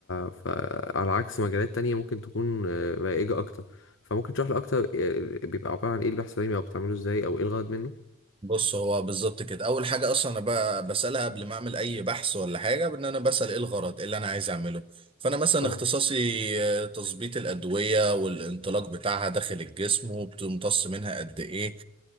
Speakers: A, on the left; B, on the right.
A: فعلى عكس مجالات تانية ممكن تكون آه، رائجة أكتر فممكن تشرح لي اكتر آه، بيبقى عباره عن ايه البحث العلمي او بتعمله ازاي او ايه الغرض منه
B: بص هو بالظبط كده أول حاجة أصلا أنا ب- بسألها قبل ما أعمل أي بحث ولا حاجة بإن أنا بسأل إيه الغرض إيه اللي أنا عايز أعمله فأنا مثلا
A: اه
B: اختصاصي آه، تظبيط الأدوية والانطلاق بتاعها داخل الجسم وبتمتص منها قد إيه